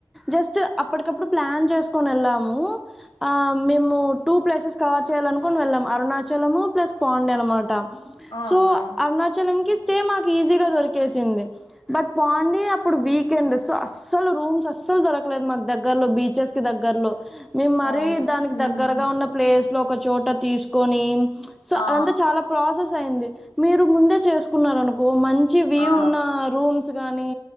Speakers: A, in the centre; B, on the left.
A: జస్ట్ అప్పటికప్పుడు ప్లాన్ చేసుకని వెళ్ళాము ఆ మేము టూ ప్లేసెస్ కవర్ చేయాలనుకుని వెళ్ళాం అరుణాచలము ప్లస్ పాండే అనమాట
B: ఆ
A: సో
B: ఆ
A: అరుణాచలం కి స్టే మాకు ఈజీగా దొరికేసింది బట్ పాండి అప్పుడు వీక్ కెండ సో అస్సలు రూమ్స్ అస్సలు దొరకలేదు మా క్ దగ్గరలో బీచెస్ కి దగ్గర్లో
B: ఆ
A: మరి
B: అవునా
A: దానిక
B: ఉమ్
A: దగ్గర ఉన్న ప్లేస్ లో ఒక చోట తీసుకని సో
B: ఆ
A: అదంతా చాల ప్రాసెస్ స్. అయింది మీరు ముందే చేసుకున్నారనుకో మంచి వ్వు
B: ఆ ఆ
A: ఉన్న రూమ్స్ గానీ